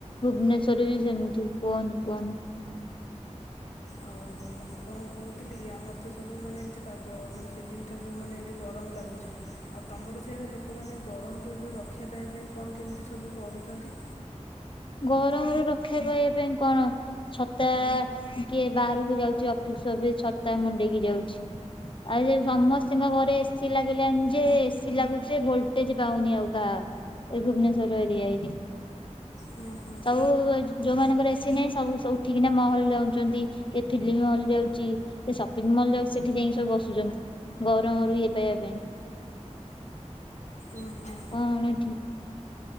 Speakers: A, on the left; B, on the left.
A: ଭୁବନେଶ୍ଵରରେ ବି ସେମିତି କୁହନି କୁହନି।
B: ଆଉ ମୁଁ କଣ କହୁଥିଲି କି ଆମର ତ ସବୁ ମାନେ ଏମତି ପାଗ ମାନେ ସିଜିନ ସବୁ ମାନେ ଏମିତି ଗରମ ଲାଗୁଛି। ଆଉ ତମର ସିଆଡ଼େ ଲୋକମାନେ ଗରମରୁ ଯେଉଁ ରକ୍ଷା ପାଇବା ପାଇଁ କଣ କେମିତି ସବୁ କରୁଛନ୍ତି?
A: ଗରମରୁ ରକ୍ଷା ପାଇବା ପାଇଁ କଣ? ଛତା କିଏ ବାହାରକୁ ଯାଉଛି ଅଫିସ ଫଫିସ ଛତା ମୁଣ୍ଡେଇକି ଯାଉଛି। ଆଉ ସମସ୍ତଙ୍କ ଘରେ ଏସି ଲାଗିଲାଣି ଯେ ଏସି ଲାଗୁଛି ଭୋଲଟେଜ ପାଉନି ଆଉ କାହା ଏ ଭୁବନେଶ୍ୱଵର ଏରିଆ ହେଇ କିି।
B: ହୁଁ ହଁ
A: ଯୋଉ ଯୋଉ ମାନଙ୍କର ଏସି ନାହିଁ ସବୁ ସବୁ ଉଠିକିନା ମହଲ ଯାଉଛନ୍ତି, କି ଫିଲ୍ମ ହଲ ଯାଉଛି। ସେ ସପିଙ୍ଗ ମଲ୍ ଯାଉ ସେଠି ଯାଇକି ସବୁ ବସୁଛନ୍ତି ଗରମରୁ ଇଏ ପାଇବା ପାଇଁ।
B: ଉଁ ହୁଁ।
A: କଣ ଠିକ୍